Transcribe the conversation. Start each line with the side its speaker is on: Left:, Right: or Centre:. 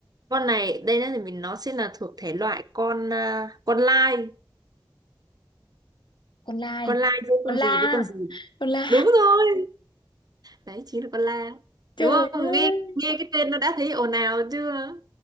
Right: Con này, đây là mình nó sẽ là thuộc thể loại con à, con lai,
Left: con lai
Right: con lai giữa
Left: con
Right: con gì
Left: la
Right: với con gì.
Left: con la
Right: Đúng rồi. Đấy chính là con lai.
Left: trời
Right: Đúng không?
Left: ơi
Right: Nghe nghe cái tên nó đã thấy ồn ào chưa?